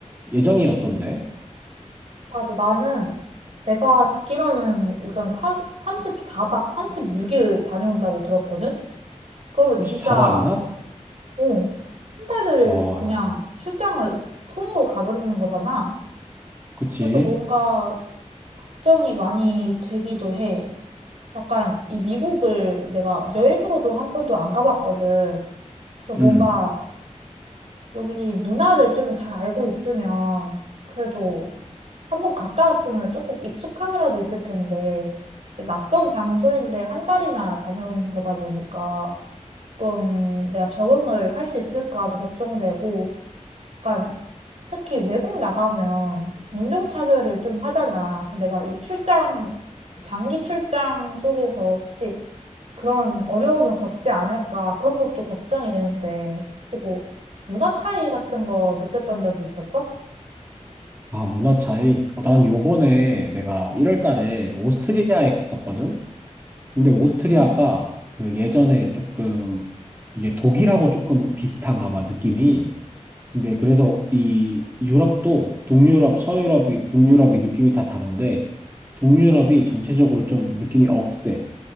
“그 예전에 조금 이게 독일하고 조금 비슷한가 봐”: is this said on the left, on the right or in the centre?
Right